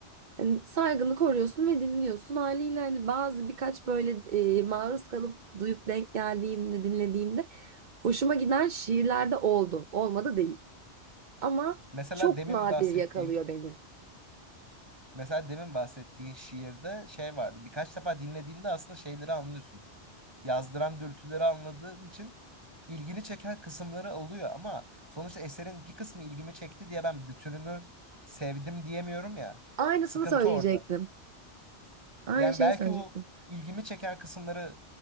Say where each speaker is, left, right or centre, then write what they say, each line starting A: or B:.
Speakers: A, on the right; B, on the right.
A: Hani saygını koruyorsun ve dinliyorsun. Haliyle hani bazı birkaç böyle e, maruz kalıp duyup denk geldiğimde dinlediğimde hoşuma giden şiirler de oldu. Olmadı değil. Ama
B: Mesela
A: çok
B: demin
A: nadir
B: bahsettiğin
A: yakalıyor beni.
B: mesela demin bahsettiğin şiirde şey vardı. Birkaç defa dinlediğinde aslında şeyleri anlıyorsun. Yazdıran dürtüleri anladığın için ilgini çeken kısımları oluyor ama sonuçta eserin bir kısmı ilgimi çekti diye ben bütününü sevdim diyemiyorum ya.
A: Aynısını
B: Sıkıntı
A: söyleyecektim.
B: orada.
A: Aynı
B: Yani
A: şeyi
B: belki
A: söyleyecektim.
B: o ilgimi çeken kısımları